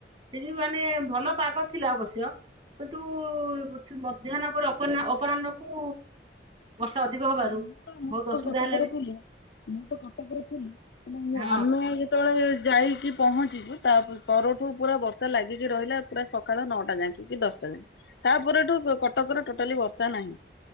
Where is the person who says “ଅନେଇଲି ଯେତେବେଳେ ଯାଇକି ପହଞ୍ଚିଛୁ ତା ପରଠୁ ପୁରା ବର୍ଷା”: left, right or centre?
Left